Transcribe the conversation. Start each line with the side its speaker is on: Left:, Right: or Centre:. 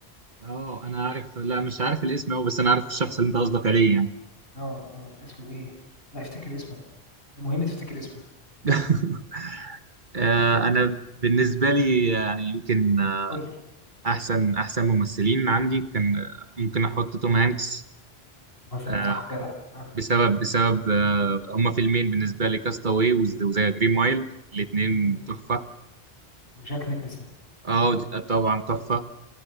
Right: اه انا عارف لا مش عارف الاسم أوي بس انا عارف الشخص اللي انت قصدك عليه يعني
Left: اه اه اسمه ايه لا افتكر اسمه ده مهم تفتكر اسمه
Right: <laughs> آه، انا بالنسبه لي يعني يمكن آه،
Left: قول لي
Right: احسن احسن ممثلين عندي كان آه، ممكن احط توم هانكس
Left: مثلا
Right: آه،
Left: صح جدع اه
Right: بسبب بسبب آه، هما فيلمين بالنسبه لي كاستاوي وزي جرين مايل الاثنين
Left: مم.
Right: تحفه
Left: وجاك نيكلسون
Right: اه ج- طبعا تحفه